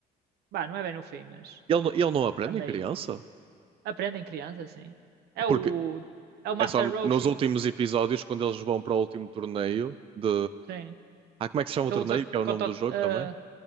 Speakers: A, on the right (about 75°); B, on the right (about 35°).
A: Bah, não é bem no fim, mas
B: Ele, não- ele não aprende
A: a meio.
B: em criança?
A: Aprende em criança, sim. É
B: Porque
A: o, é o Master
B: é só
A: Roshi,
B: nos últimos episódios, quando eles vão para o último torneio de.
A: sim.
B: Ah, como é que se chama
A: Kabuto-
B: o torneio? Que é o nome
A: Koto-
B: do jogo
A: ah,
B: também?